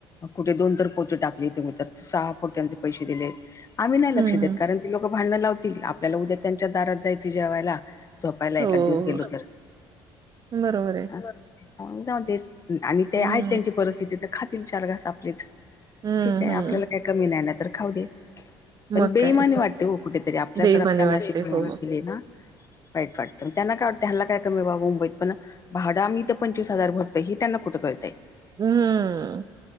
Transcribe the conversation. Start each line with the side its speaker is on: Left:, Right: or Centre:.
Left: कुठे दोन तर पोती टाकली ते म तर सहा पोत्याचे पैसे दिले. आम्ही नाही लक्ष
Right: हं.
Left: देत कारण ते लोक भांडणं लावतील आपल्याला उद्या त्यांच्या दारात जायचे जेवायला झोपायला
Right: हो,
Left: एका दिवस गेलो तर
Right: बरोबर आहे.
Left: अस जाऊ देत. आणि ते
Right: हं,
Left: आहेत त्यांची परिस्थिती तर खातील चार घास आपलेच
Right: हं,
Left: ठीक आहे
Right: हं.
Left: आपल्याला काय कमी नाही नाय तर खाऊ दे. पण
Right: मग
Left: बेईमानी
Right: काय
Left: वाटते हो कुठेतरी आपल्याच
Right: बेईमानी
Left: रक्तना
Right: वाटते.
Left: अशी बेमाईनी
Right: हो.
Left: केली ना वाईट वाटतं, मग त्यांना काय वाटतं ह्यांना काय कमी बाबा मुंबईत पण भाडं आ् पंचवीस हजार भरतोय, हे त्यांना कुठं कळतंय.
Right: हम्म,